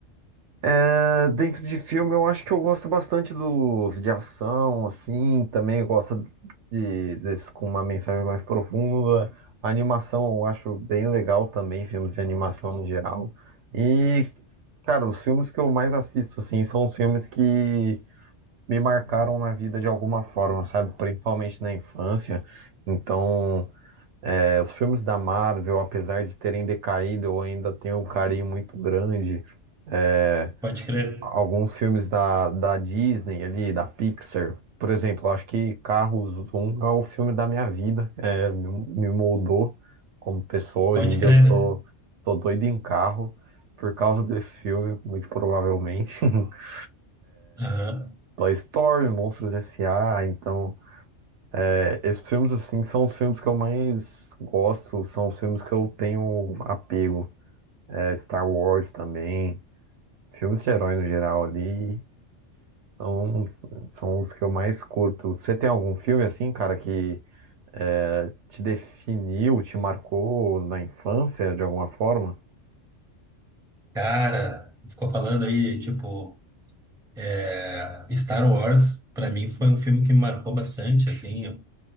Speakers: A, on the right; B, in the centre.
A: É, dentro de filme, eu acho que eu gosto bastante dos de ação, assim, também eu gosto de, desses com uma mensagem mais profunda. A animação eu acho bem legal também, filmes de animação no geral. E, cara, os filmes que eu mais assisto, assim, são os filmes que me marcaram na vida de alguma forma, sabe? Principalmente na infância. Então, é, os filmes da Marvel, apesar de terem decaído, eu ainda tenho um carinho muito grande. É,
B: Pode crer,
A: alguns filmes da, da Disney ali, da Pixar. Por exemplo, eu acho que Carros 1 é o filme da minha vida. É, me, me moldou como pessoa.
B: pode
A: Hoje em
B: crer.
A: dia eu sou, tô doido em carro por causa desse filme, muito provavelmente. <laughs>
B: Aham.
A: Toy Story, Monstros S A Então, é, esses filmes assim são os filmes que eu mais gosto, são os filmes que eu tenho apego. É, Star Wars também, filmes de herói no geral ali. Então, são os que eu mais curto. Você tem algum filme assim, cara, que é, te definiu, te marcou na infância de alguma forma?
B: Cara, ficou falando aí, tipo. É, Star Wars, para mim, foi um filme que me marcou bastante, assim,